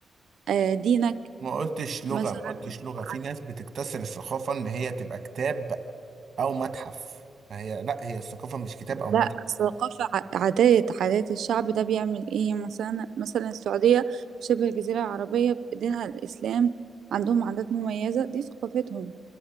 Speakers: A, on the right; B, on the right.
A: آه، دينك
B: ما قلتش لغة
A: مثلا
B: ما قلتش لغة
A: عد...
B: في ناس بتكتسر الثقافة ان هي تبقى كتاب او متحف فهي لا هي الثقافة مش كتاب او متحف
A: لا الثقافه ع- عادات عادات الشعب ده بيعمل ايه مثلا مثلا السعوديه شبه الجزيره العربيه دينها الاسلام عندهم عادات مميزه دي ثقافتهم